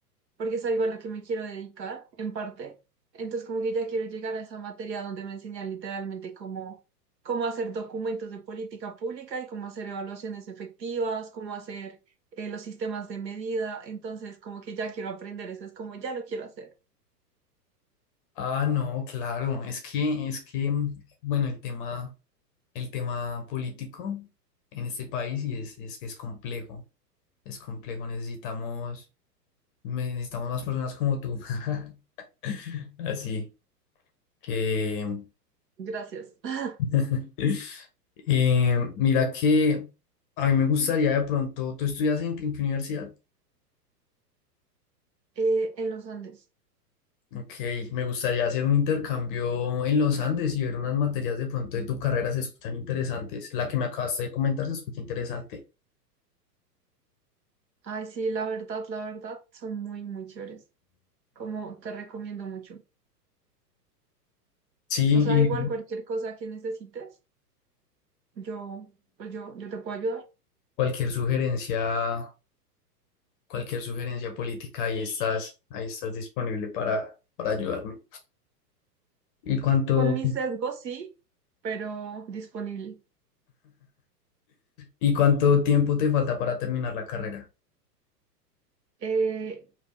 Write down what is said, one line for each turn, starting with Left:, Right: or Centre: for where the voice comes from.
Right: porque es algo a lo que me quiero dedicar, en parte. Entonces, como que ya quiero llegar a esa materia donde me enseñan literalmente cómo, cómo hacer documentos de política pública y cómo hacer evaluaciones efectivas, cómo hacer eh, los sistemas de medida. Entonces, como que ya quiero aprender eso, es como ya lo quiero hacer.
Left: Ah, no, claro, es que, es que, mm, bueno, el tema, el tema político en este país y es, es que es complejo, es complejo, necesitamos Me- Necesitamos más personas como tú. <laughs> Así que,
Right: Gracias. <laughs>
Left: <laughs> eh, mira que a mí me gustaría de pronto, ¿tú estudias en, en qué universidad?
Right: Eh, en los Andes.
Left: Ok, me gustaría hacer un intercambio en los Andes y ver unas materias de pronto de tu carrera, se escuchan interesantes. La que me acabaste de comentar se escucha interesante.
Right: Ay, sí, la verdad, la verdad, son muy, muy chéveres. Como te recomiendo mucho.
Left: Sí,
Right: O sea,
Left: y
Right: igual cualquier cosa que necesites, yo, pues yo, yo te puedo ayudar.
Left: cualquier sugerencia, cualquier sugerencia política, ahí estás, ahí estás disponible para, para ayudarme. ¿Y cuánto,
Right: Con mis sesgos sí, pero disponible.
Left: ¿Y cuánto tiempo te falta para terminar la carrera?
Right: Eh,